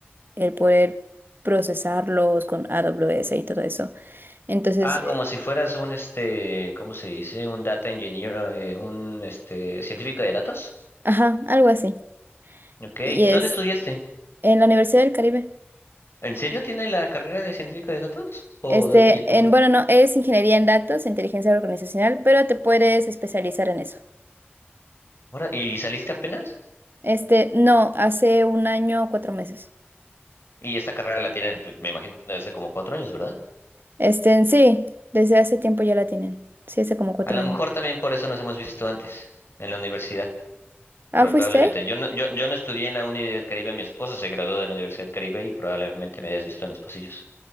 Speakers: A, on the right (about 55°); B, on the left (about 70°).
A: el poder procesarlos con AWS y todo eso. Entonces,
B: Ah,
A: eh,
B: como si fueras un, este, ¿cómo se dice? Un data engineer, eh, un, este, científico de datos.
A: ajá, algo así.
B: Ok, ¿y
A: Y
B: ¿dónde
A: es
B: estudiaste?
A: en la Universidad del Caribe.
B: ¿En serio tiene la carrera de científico de datos? ¿O
A: Este,
B: data engineer? Bueno,
A: en, bueno, no, es ingeniería en datos, inteligencia organizacional, pero te puedes especializar en eso.
B: ahora, ¿y saliste apenas?
A: Este, no, hace un año o cuatro meses.
B: Y esta carrera la tienen, pues, me imagino, desde hace como cuatro años, ¿verdad?
A: Este, en sí, desde hace tiempo ya la tienen. Sí, hace como cuatro
B: A lo
A: años.
B: mejor también por eso nos hemos visto antes, en la universidad,
A: Ah,
B: probablemente.
A: ¿fuiste ahí?
B: Yo no, yo, yo no estudié en la Uni del Caribe, mi esposa se graduó de la Universidad del Caribe y probablemente me hayas visto en los pasillos.